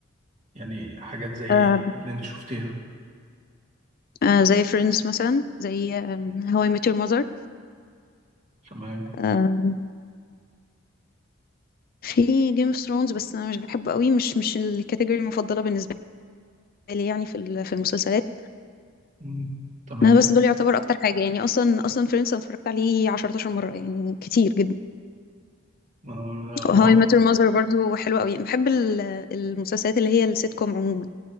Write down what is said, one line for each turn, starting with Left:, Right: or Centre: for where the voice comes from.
Right: يعني حاجات زي
Left: آه،
Right: ايه اللي انت شفتيها
Left: آه زي فريندز مثلا زي هواي I Met Your Mother
Right: تمام
Left: آم، في جيم اوف ثرونز بس انا مش بحبه قوي مش مش الكاتيجوري المفضله بالنسبه لي يعني في ال- في المسلسلات
Right: مم. تمام
Left: انا بس دول يعتبر اكتر حاجه يعني اصلا اصلا فريندز انا اتفرجت عليه 10 مره يعني كتير جدا
Right: آه، هو
Left: هواي I Met Your Mother برضو حلوه قوي بحب ال- المسلسلات اللي هي السيت كوم عموما